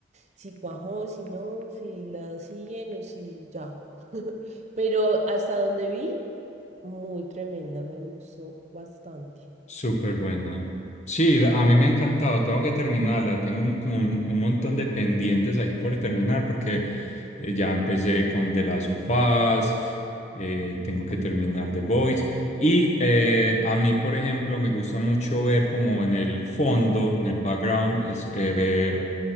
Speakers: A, on the right (about 35°); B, on the left (about 35°).
A: si cuajó, si no, si la siguen o si ya. <laughs> Pero hasta donde vi, muy tremenda, me gustó bastante.
B: Súper buena. Sí, la- a mí me ha encantado, tengo que terminarla, tengo un- como un, un montón de pendientes ahí por terminar porque eh, ya empecé con The Last of Us, eh, tengo que terminar The Boys y eh, a mí, por ejemplo, me gusta mucho ver como en el fondo, en el background, es, eh, ver